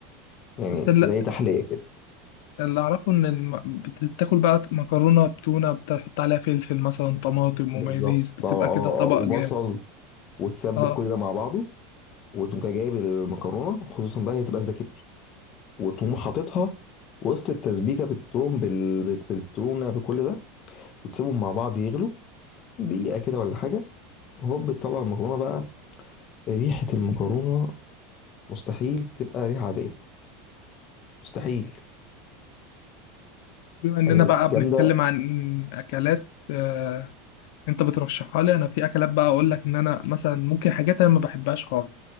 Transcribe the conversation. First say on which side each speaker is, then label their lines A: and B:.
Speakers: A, on the left (about 35°); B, on the left (about 65°).
A: يعني
B: بس ال-
A: زي تحليه كده
B: اللي اعرفه ان الم... بتاكل بقى مكرونه بتونه بتحط عليها فلفل مثلا طماطم ومايونيز
A: بالظبط
B: بتبقى
A: اه اه
B: كده طبق
A: آه. وبصل
B: جامد
A: وتسبك
B: اه
A: كل ده مع بعضه وتقوم جاي جايب المكرونه خصوصا بقى هي تبقى سباكيتي وتقوم حاططها وسط التسبيكه بالثوم بال... بال- بالتونه بكل ده وتسيبهم مع بعض يغلوا دقيقه كده ولا حاجه هوب بتطلع المكرونه بقى ريحه المكرونه مستحيل تبقى ريحه عاديه مستحيل
B: بما اننا
A: يعني
B: بقى
A: جامده
B: بنتكلم عن اكلات آه... انت بترشحها لي انا في اكلات بقى اقول لك ان انا مثلا ممكن حاجات انا ما بحبهاش خالص